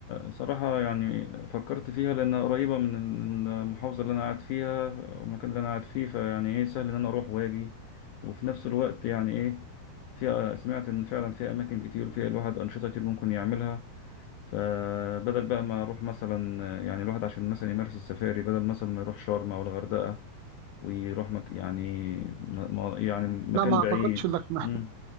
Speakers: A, on the left; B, on the right.
A: صراحة يعني فكرت فيها لأنها قريبة من المحافظة اللي أنا قاعد فيها والمكان اللي أنا قاعد فيه فيعني إيه سهل إن أنا أروح وأجي وفي نفس الوقت يعني إيه فيها سمعت إن فعلا فيها أماكن كتير وفيها الواحد أنشطة كتير ممكن يعملها فبدل بقى ما أروح مثلا يعني الواحد عشان مثلا يمارس السفاري بدل مثلا ما يروح شرم أو الغردقة ويروح مك يعني م- يعني
B: لا
A: مكان
B: ما اعتقدش
A: بعيد
B: انك محتاج
A: مم.